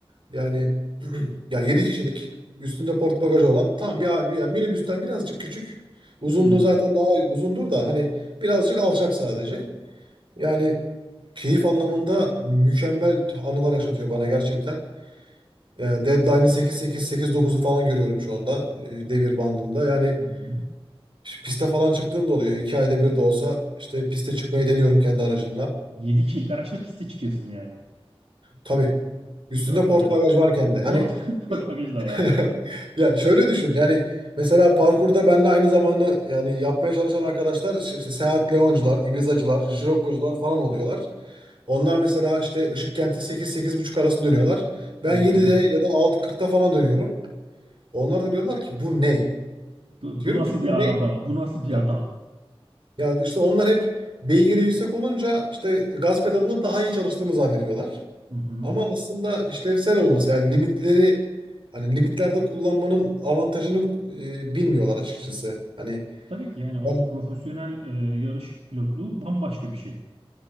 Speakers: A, on the right; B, on the right.
A: yani <clears throat> ya 7 kişilik üstünde port bagajı olan tam bir, bir minibüsten birazcık küçük. Uzunluğu
B: Hmm.
A: zaten daha uzundur da hani birazcık alçak sadece. Yani keyif anlamında mükemmel anılar yaşatıyor bana gerçekten. E, Deadline'ı 8-8-8-9'u falan görüyorum şu anda e, devir bandında. Yani
B: Hı hı.
A: İşte Piste falan çıktığım da oluyor. İki ayda bir de olsa işte piste çıkmayı deniyorum kendi aracımla.
B: Yedi kişilik araçla piste çıkıyorsun yani.
A: Tabii. Üstünde
B: Çok
A: port
B: güzel.
A: bagaj varken de. Hani
B: Ford, <laughs> Ford bagaj da var.
A: <laughs> ya şöyle düşün. Yani mesela parkurda benle aynı zamanda yani yapmaya çalışan arkadaşlar işte işte Seat Leoncular, Ibizacılar,
B: Hı
A: Scirocco'cular
B: hı.
A: falan oluyorlar. Onlar mesela işte Işıkkent'e 8 buçuk arası dönüyorlar. Ben
B: Hı
A: 7'de
B: hı.
A: ya da 6.40'da falan dönüyorum. Onlar da diyorlar ki bu ne?
B: Bu,
A: Diyorum
B: bu nasıl
A: ki bu
B: bir
A: ne?
B: araba? Bu nasıl
A: Ya,
B: bir adam?
A: Ya işte onlar hep beygiri yüksek olunca işte gaz pedalını daha iyi çalıştığını zannediyorlar.
B: Hı hı.
A: Ama aslında işlevsel olması yani limitleri hani limitlerde kullanmanın avantajını e, bilmiyorlar açıkçası. Hani
B: Tabii ki yani o
A: ben
B: profesyonel e, yarış pilotluğu bambaşka bir şey.